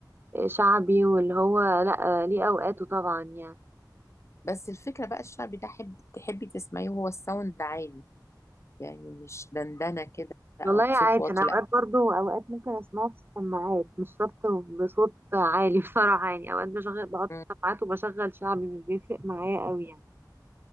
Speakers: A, on the right; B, on the left.
A: آه، شعبي واللي هو لا آه، ليه اوقاته طبعا يعني
B: بس الفكره بقى الشعبي ده حب تحبي تسمعيه وهو الساوند عالي يعني مش دندنه كده او
A: والله
B: بصوت
A: عادي
B: واطي
A: انا اوقات
B: لا
A: برضو اوقات ممكن اسمعه في السماعات مش شرط بصوت عالي <laughs> بصراحة يعني اوقات بشغل بحط
B: مم،
A: السماعات وبشغل شعبي مش بيفرق معايا قوي يعني